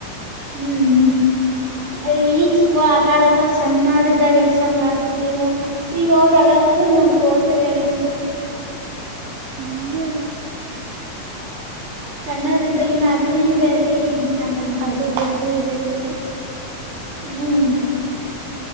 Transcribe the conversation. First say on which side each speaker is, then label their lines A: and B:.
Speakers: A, on the right (about 55°); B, on the right (about 85°).
A: ಹ್ಮ್ ಹ್ಮ್ ಅಲ್ಲಿ ಚಿಕ್ಕ ಆಟ ಆಡತ್ತವ ಚೆಂದ ಇದಾಗ ಎ ಚಂದ ಆಡ್ತಿದೇವ್ ನಾವವು ಈಗ ಅವ್ರು ಆಡ ಆ ತರ ನೋಡ್ಕೋ ತಿರ್ಗ ಆಡಡ್ತೀನಿ
B: ಮಂಗಿಯದಾ
A: ಸಣ್ಣವ್ರ್ದ ಈಿನ ಆಟನೇ ಬೇರೆ ಈಗಿನ ಆಟನೇ ಬೇರೆ
B: ಅದೇ ಇದೇ ಬೇರೆ
A: ಹ್ಮ್